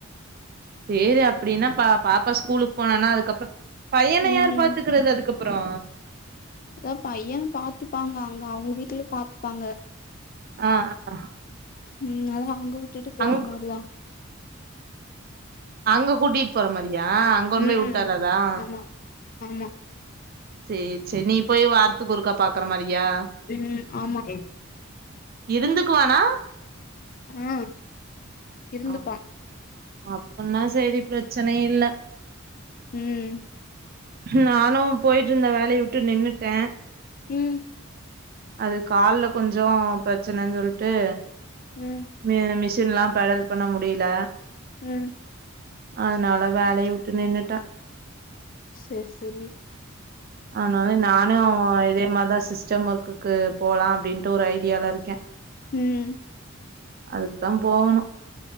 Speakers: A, on the right; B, on the left.
A: சேரி அப்டின்னா பா பாப்பா ஸ்கூலுக்கு போனான்னா அதுக்கப்புற பையன
B: ம்
A: யார் பாத் துக்கறது அதுக்கப்புறோ
B: அதா பைய பாத்துப்பாங்க அங்க அவ்ங்க வீட்டுல பாத்துப்பாங்க
A: ஆ அ
B: உ அதான் அங்க வுட்டுட்டு போற
A: அங்
B: மாரிதா
A: அங்க கூட்டிட்டு போற மாறியா அங் கொண்டு
B: ம்
A: போய் வுட்டரதா
B: ஆமா ஆமா
A: சேர் சேரி நீ போய் வாரத்துக்கு ஒருக்கா பாக்கற மாரியா
B: ம் ஆமா
A: இருந்துக்குவானா
B: அ இருந்துப்பா
A: அப் அப்பன்னா சேரி பிரச்சனை இல்ல
B: ம்
A: நானு போய்ட்டு இருந்த வேலையை விட்டு நின்னுட்டே
B: ம்
A: அது கால்ல கொஞ்சோ பிரச்சனன்னு சொல்லிட்டு
B: ம்
A: மி மிஷின் லா பெடல் பண்ண முடியல
B: ம்
A: அதனால வேலைய வுட்டு நின்னுட்டே
B: சேர் சேரி
A: அதனால நானு இதேமாரிதா சிஸ்டம் ஒர்க்குக்கு போலா அப்டின்ட்டு ஒரு ஐடியால இருக்கே
B: ம்
A: அதுக்குதா போவணு